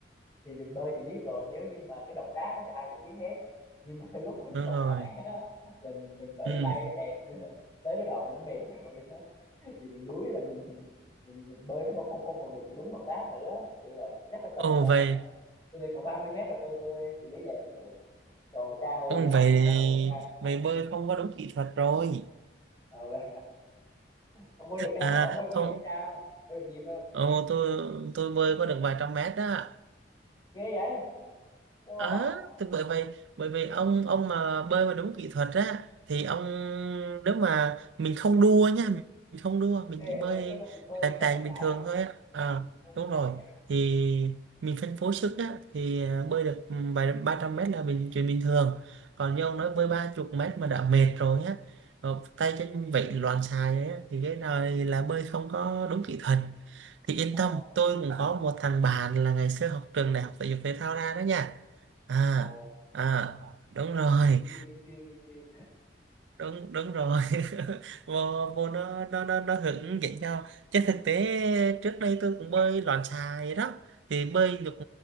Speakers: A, on the left; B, on the right.
A: thì thì bơi thì biết rồi nếu như mà cái động tác á thì ai cũng biết hết nhưng mà <laughs> cái lúc mình
B: đúng
A: còn
B: rồi
A: khỏe á, là mình mình vẫy
B: ừ
A: tay nó đẹp nhưng mà <laughs> tới cái đoạn mà nó mệt rồi á, thì mình đuối là mình mình, mình mình bơi nó không không không còn được đúng động tác nữa như vậy chắc là tầm
B: ồ
A: khoảng
B: vậy
A: ờ, tôi nghĩ khoảng 30 mét là tôi tôi xử lý đẹp được còn mà xa hơn
B: ông vậy
A: thì chắc là hơi căng
B: vậy bơi không có đúng kỹ thuật rồi
A: ờ, vậy. ông bơi được căng
B: à
A: không ông bơi, ông
B: không
A: bơi được cao không bơi được nhiều không
B: ồ, tôi tôi bơi có được vài trăm mét đó
A: ghê vậy wow
B: Ờ, thì bởi vậy bởi vậy ông ông mà bơi mà đúng kỹ thuật á thì ông nếu mà mình không đua nha mình không đua
A: ok
B: mình chỉ bơi
A: ok tức là bơi
B: tàn
A: chậm
B: tàn bình
A: rãi
B: thường thôi á à,
A: Ừ, ừ, không
B: đúng
A: không
B: rồi
A: phải căng
B: thì mình phân phối sức á thì à, bơi được ừ, vài 300 mét là mình chuyện bình thường còn như ông nói bơi ba chục mét mà đã mệt rồi á ờ, tay chân vậy loạn xài ấy á, thì cái này là bơi không có đúng kỹ thuật thì yên
A: à
B: tâm tôi cũng có một thằng bạn là ngày xưa học trường đại học thể dục thể thao ra đó nha à
A: ồ
B: à đúng
A: dân
B: rồi
A: chuyên dân chuyên dân chuyên dân chuyên
B: đúng đúng rồi <laughs> vô vô nó nó nó nó hướng dẫn cho chứ thực tế trước đây tôi cũng bơi loạn xà vậy đó thì bơi được